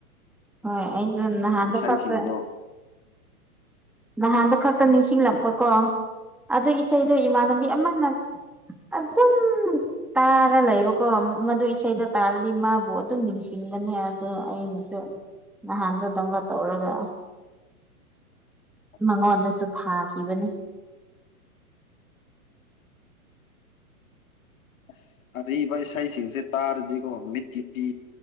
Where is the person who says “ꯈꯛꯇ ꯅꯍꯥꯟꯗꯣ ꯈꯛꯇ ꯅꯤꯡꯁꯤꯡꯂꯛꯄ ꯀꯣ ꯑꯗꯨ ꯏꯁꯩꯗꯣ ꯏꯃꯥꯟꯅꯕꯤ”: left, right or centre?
Centre